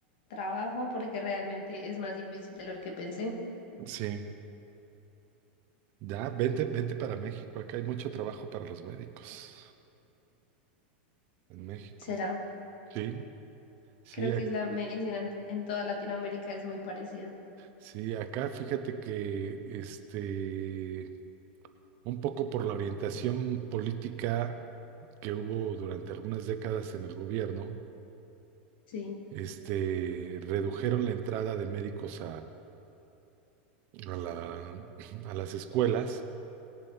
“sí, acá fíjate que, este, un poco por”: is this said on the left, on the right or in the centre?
Right